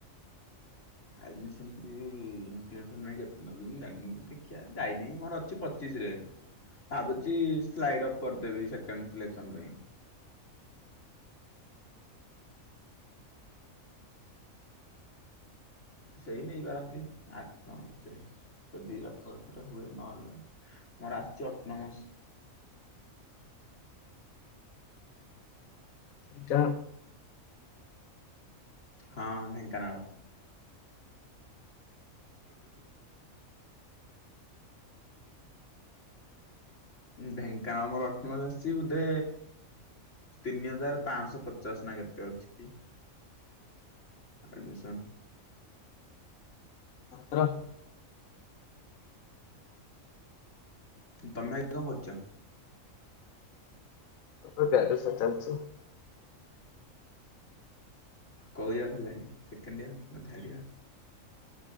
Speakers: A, on the left; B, on the left.
A: ା ଦେଖିବା ଯାଇନି ମୋର ଅ ପଚିଶରେ ଭାବୁଛି ସାଲିଡ଼ ଅଫ କରିଦେବି ସେଂକେଡ଼ କରିଦେବୀ। ସେଇ ନେଇ ପାରନ୍ତି ଆଠ ନଅ ଭିତରେ ଯଦି ଆଖ ପାଖରେ ହୁଏ ନହେଲେ ମୋର ଆସିଛି ଅଠ ନ ମସ
B: ସେଇଟା
A: ହଁ ଢେଙ୍କାନାଳ <inaudible> ଢେଙ୍କାନାମର ଅଟନମସ ଆ ବୋଧେ ତିନି ହଜାର ପାଞ୍ଚଶହ ପଚାଶ ନା କେତେ ଅଛି। ଏଡ଼ମିଶନ୍
B: ମାତ
A: ତମେ ଆଜି କଣ କରୁଛ?
B: ମୋ ଦୂଦାସ
A: କୋଉ ଇୟର ହେଲାଣି ସେକେଣ୍ଡ ଇୟାର ନା ଥାର୍ଡ ଇୟର।